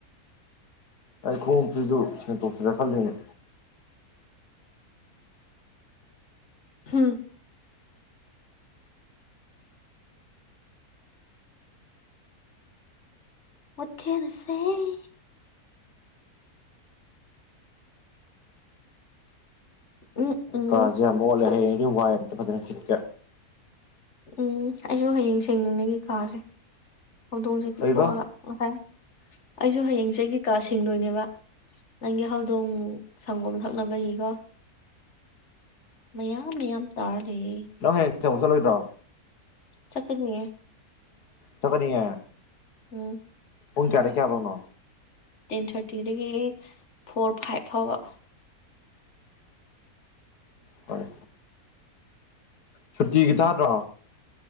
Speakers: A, on the left (about 85°); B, on the left (about 50°).
A: ꯑꯩ ꯈꯣꯡꯁꯨꯏꯁꯨ ꯁꯦꯡꯇꯣꯛꯁꯤꯔ ꯈꯜꯂꯅꯦ
B: ꯍꯝ ꯋꯦꯠ ꯀꯦꯟ ꯑꯥꯏ ꯁꯦ <unintelligible> ꯎꯝ ꯎꯝ
A: ꯀꯥꯖꯦ ꯌꯥꯝ ꯃꯣꯠꯂꯦ ꯑꯗꯨ ꯋꯥꯏ ꯑꯝꯇꯥ ꯐꯖꯅ ꯁꯤꯠꯀꯦ
B: ꯎꯝ ꯑꯩꯁꯨ ꯍꯌꯦꯡ ꯁꯦꯡꯌꯦ ꯑꯩꯒꯤ ꯀꯥꯁꯦ ꯍꯧꯗꯣꯡꯁꯦ ꯄꯤꯊꯣꯛꯑꯒ
A: ꯀꯩꯕ
B: ꯉꯁꯥꯏ ꯑꯩꯁꯨ ꯍꯌꯦꯡꯁꯒꯤ ꯀꯥ ꯁꯤꯡꯡꯂꯣꯏꯅꯦꯕ ꯅꯪꯒꯤ ꯍꯧꯗꯣꯡ ꯁꯪꯒꯣꯝ ꯊꯛꯅꯕꯒꯤꯀꯣ ꯃꯌꯥꯝ ꯃꯌꯥꯝ ꯇꯥꯔ ꯂꯩꯌꯦ
A: ꯅꯍꯣꯏ ꯆꯠꯂꯣꯏꯗ꯭ꯔꯣ
B: ꯆꯀꯅꯤꯌꯦ
A: ꯆꯀꯅꯤꯡꯉ
B: ꯎꯝ
A: ꯍꯨꯡ ꯀꯦꯔ ꯀꯌꯥꯕꯥꯎꯅꯣ
B: ꯇꯦꯟ ꯊꯥꯔꯇꯤꯗꯒꯤ ꯐꯣꯔ ꯐꯥꯏꯚ ꯐꯥꯎꯕ
A: ꯍꯣꯏ ꯍꯣꯏ ꯁꯨꯇꯤ ꯀ ꯊꯗ꯭ꯔꯣ